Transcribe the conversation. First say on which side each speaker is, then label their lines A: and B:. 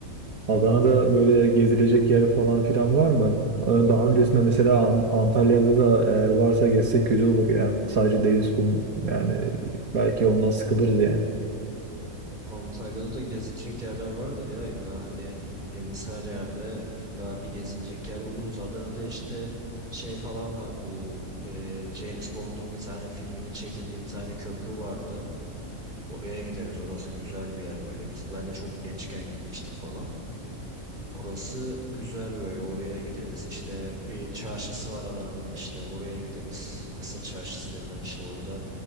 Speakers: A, on the right (about 80°); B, on the right (about 35°).
A: Adana'da böyle gezilecek yer falan filan var mı? Ee, Daha öncesinde mesela An- Antalya'da da eğer varsa gezsek güzel olur ya. Sadece deniz, kum yani belki ondan sıkılırız yani.
B: Antalya'da da gezilecek yerler vardır ya illa hani gittiğimiz her yerde illa bir gezilecek yer buluruz. Adana'da işte şey falan var bu e, James Bond'un bir tane filminin çekildiği bir tane köprü vardı. Oraya gideriz orası güzel bir yer böyle. Biz ben de çok gençken gitmiştim falan. Orası güzel böyle oraya gideriz işte bir çarşısı var alanın işte oraya gideriz Mısır çarşısı denilen işte orada